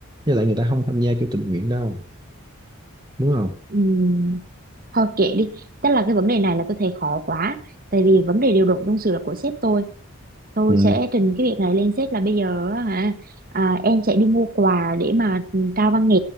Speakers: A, on the right (about 20°); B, on the right (about 40°).
A: với lại người ta không tham gia kiểu tình nguyện đâu đúng không
B: Ừm, thôi kệ đi. Tức là cái vấn đề này là tôi thấy khó quá. Tại vì vấn đề điều động nhân sự là của sếp tôi. Tôi
A: ừ,
B: sẽ trình cái việc này lên sếp là bây giờ á hả à, em sẽ đi mua quà để mà trao văn nghệ.